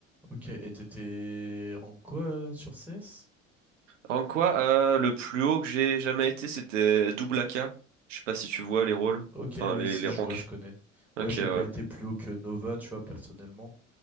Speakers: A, in the centre; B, on the right (about 70°).
A: Ok, et t'étais rank quoi euh, sur CS?
B: En quoi, euh, le plus haut que j'ai jamais été, c'était double AK. Je sais pas si tu vois les rôles,
A: Ok,
B: enfin
A: oui,
B: les,
A: si,
B: les ranks.
A: je vois, je connais.
B: Ok,
A: Moi, j'ai
B: ouais.
A: pas été plus haut que Nova, tu vois, personnellement.